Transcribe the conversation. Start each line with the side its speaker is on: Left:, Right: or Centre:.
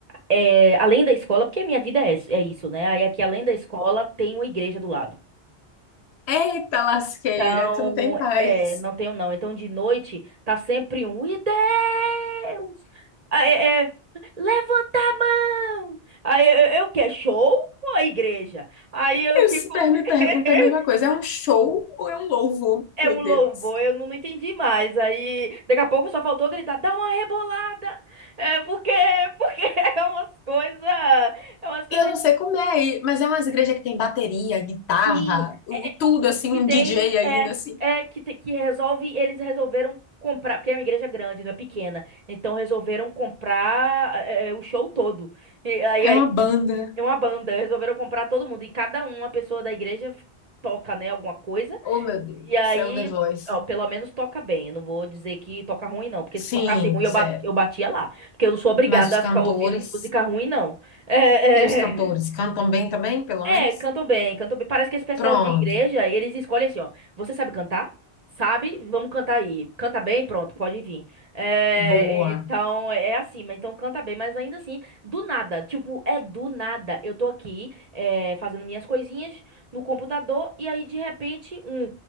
Right: é, além da escola, porque minha vida é, é isso, né? Aí aqui, além da escola, tem uma igreja do lado.
Left: Eita lasqueira,
Right: Então,
Left: tu não tem paz.
Right: é, não tenho não. Então, de noite, tá sempre um. E Deus! Aí, é, é, levanta a mão! Aí, eu, eu quero show ou a igreja? Aí eu
Left: Eu
Right: fico.
Left: super me
Right: <laughs>
Left: pergunto a mesma coisa, é um show ou é um louvor?
Right: É
Left: Meu
Right: um louvor,
Left: Deus.
Right: eu não, não entendi mais. Aí, daqui a pouco só faltou gritar, dá uma rebolada! É porque, porque <laughs> é umas coisas. É umas coisas
Left: E Eu não sei como é aí, mas é umas igrejas que tem bateria, guitarra,
Right: Sim,
Left: o-
Right: é- é-
Left: tudo
Right: que,
Left: assim,
Right: que
Left: um
Right: tem
Left: DJ ainda
Right: é
Left: assim.
Right: é que te- que resolve eles resolveram comprar porque é uma igreja grande, não é pequena, então resolveram comprar é, é, o show todo. E aí
Left: É
Right: aí
Left: uma banda.
Right: é uma banda, resolveram comprar todo mundo e cada uma pessoa da igreja toca, né, alguma coisa.
Left: Oh, meu Deus,
Right: E aí,
Left: isso é o The Voice.
Right: ó, pelo menos toca bem. Eu não vou dizer que toca ruim não, porque
Left: Sim,
Right: se tocasse ruim
Left: sério.
Right: eu ba- eu batia lá, porque eu não sou obrigada
Left: Mas os
Right: a
Left: cantores
Right: ficar ouvindo música ruim não. É,
Left: e os cantores
Right: é. <laughs>
Left: cantam bem também, pelo
Right: É,
Left: menos?
Right: cantam bem, cantam bem. Parece que esse pessoal
Left: Pronto,
Right: de igreja, eles escolhem assim, ó. Você sabe cantar? Sabe? Vamos cantar aí. Canta bem? Pronto, pode vir. É,
Left: boa.
Right: então, é assim, mas então canta bem, mas ainda assim, do nada. Tipo, é do nada. Eu tô aqui, é, fazendo minhas coisinhas no computador, e aí, de repente, um.